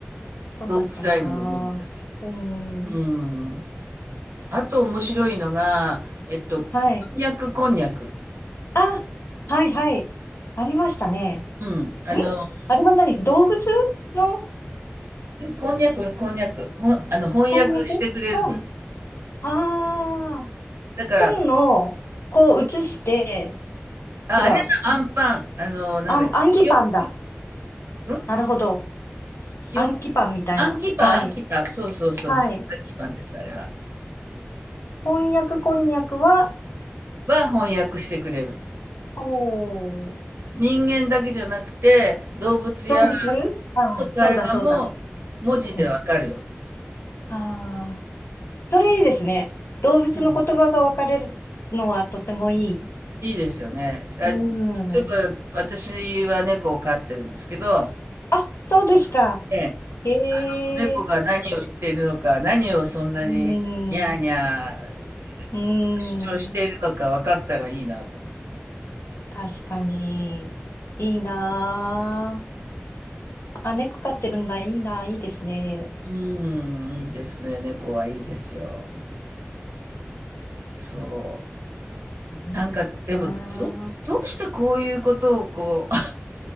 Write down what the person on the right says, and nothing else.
どんくさいので、のび太が。
うん。あと面白いのが、えっと、こんにゃくこんにゃく。
うん。あの
うん、こんにゃく、こんにゃく。ほん、あの、翻訳してくれるの。
だから、
あ、
あれがアンパン、
あの、なんだっけ、
記憶、うん
記憶、
アンキパン、
アンキパン、そうそうそうそう、
アンキパンです、あれは。
は翻訳してくれる。
人間だけじゃなくて、動物や
の会話も文字でわかるような。
うん、いいですよね。だ、
例えば、私は猫を飼ってるんですけど、
ええ、
猫が何を言っているのか、
何をそんなにニャーニャー
主張しているのか分かったらいいなと思う。
うーん、いいですね。猫はいいですよ。そ
う。なんか、でも、ど、どうしてこういうことをこう、<laughs> 考